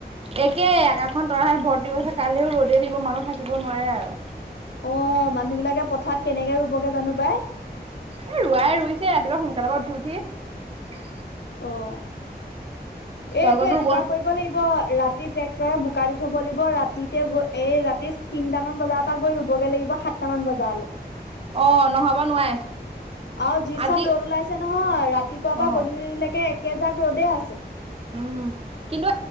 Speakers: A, on the right; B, on the left.
A: একে আকাখন তৰাহ ভৰ্তি কৰিছে কালিও ৰ'দে দিব মানুহ থাকিব নোৱাৰে আৰু।
B: অ', মানুহ বিলাকে পথাত কেনেকে ৰুবগে জানো বাই
A: এ ৰোৱাই ৰুইছে ৰাতিপুৱা সোনকালে পৰা উঠি উঠি।
B: অ',
A: তোমালোকৰতো
B: এইটো এনেকুৱা
A: ৰুব
B: কৰিব লাগিব ৰাতি ট্ৰেক্টৰে বোকা দি থব লাগিব ৰাতিতে গৈ এই ৰাতি তিনটামান বজাৰ পৰা গৈ ৰুবগৈ লাগিব সাতটামান বাজালে।
A: অ', নহ'ব নোৱাৰে।
B: অ', যি
A: আজি
B: চাত ৰ'দ ওলাইছে নহয় ৰাতিপুৱাৰ
A: অ'
B: পৰা গধূলিলৈকে একেজাক ৰ'দে আছে।
A: উম। কিন্তু